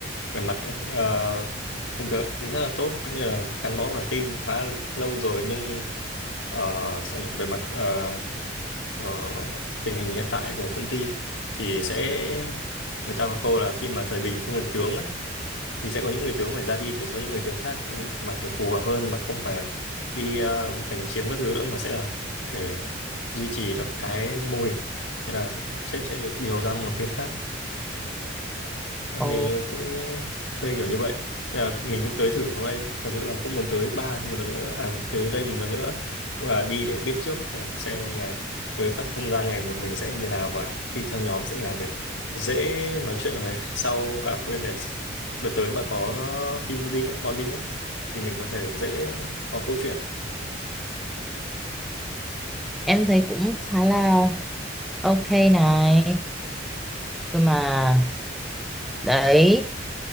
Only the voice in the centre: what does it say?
Ồ,
em thấy cũng khá là ok này. Cơ mà đấy,